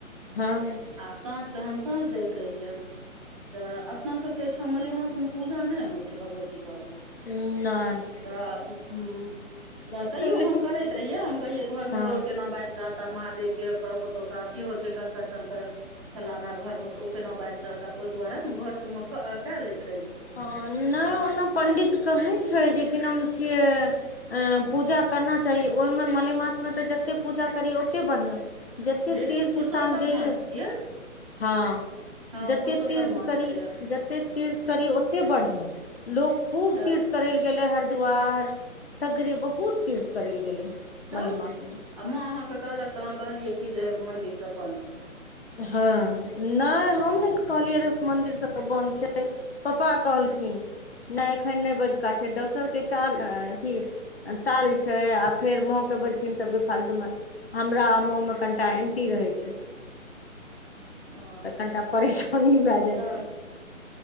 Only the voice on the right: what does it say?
आ साँझके हम साँझ दैत रहियै तऽ अपनासभके ओइठाम मलेमास मे पूजा नै होइ छै भगवती घर में
तऽ उ उ तैयो
हम करैत रहियै हम कहियै घरमे
गौर केना बाइस रह त महादेव के <unintelligible> शिहोर के कंकड़ शंकर छलाह हमरा घरमे तऽ ओ केना बाइसि रहता त ओइ दुआरे हम घर सभमे कए लैत रही
आ
बेसी
पुरुषोत्तम
मास छियै
हँ
पुरुषोत्तम
मास
छियै
तऽ
तऽ
आ माँ अहाँकेँ कहलक तऽ अहाँ कहलियै कि जे मंन्दिर सब बंन्द छै
ह ओ
तऽ